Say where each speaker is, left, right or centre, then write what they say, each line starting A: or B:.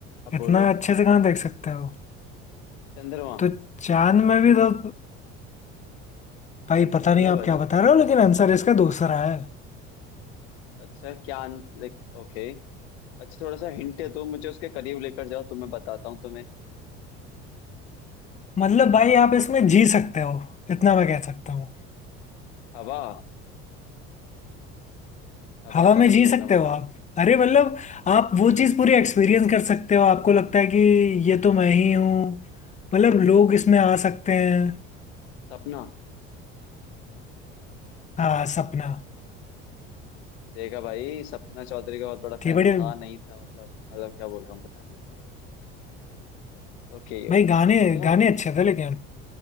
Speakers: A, on the left; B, on the left.
A: अब
B: इतना
A: बोलो
B: अच्छे से कहाँ देख सकते हो
A: चंद्रमा
B: तो चांद में भी तो भाई पता
A: बोलो
B: नहीं आप
A: बोलो
B: क्या बता रहे हो लेकिन आंसर इसका दूसरा है
A: अच्छा क्या लाइक ओके अच्छा थोड़ा सा हिंट दो मुझे उसके करीब लेकर जाओ तो मैं बताता हूँ तुम्हें
B: मतलब भाई आप इसमें जी सकते हो इतना मैं कह सकता हूँ
A: हवा हवा
B: हवा
A: तो
B: में
A: नहीं
B: जी
A: होगा
B: सकते
A: मतलब
B: हो आप अरे मतलब आप वो चीज़ पूरी एक्सपीरियंस कर सकते हो आपको लगता है कि ये तो मैं ही हूँ मतलब लोग इसमें आ सकते हैं
A: सपना
B: हाँ सपना
A: देखा भाई सपना चौधरी का बहुत बड़ा
B: थे
A: फैन
B: बड़े
A: था नहीं था मतलब मतलब क्या बोल रहा हूँ पता नहीं Okay
B: भाई
A: okay
B: गाने
A: okay चलो
B: गाने अच्छे थे लेकिन